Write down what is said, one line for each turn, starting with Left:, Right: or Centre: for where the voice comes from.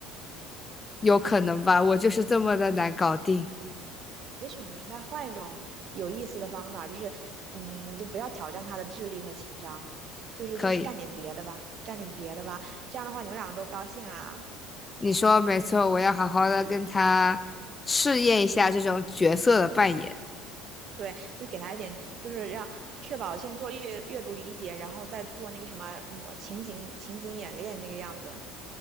Left: 有可能吧，我就是这么的难搞定。
Right: 也许你应该换一种有意思的方法，就是嗯，就不要挑战他的智力和情商，就是就是干点别的吧，
Left: 可以，
Right: 干点别的吧，这样的话你们两个都高兴啊。
Left: 你说没错，我要好好的跟他试验一下这种角色的扮演。
Right: 对，就给他一点，就是让确保先做阅阅读理解，然后再做那个什么嗯情景情景演练这个样子。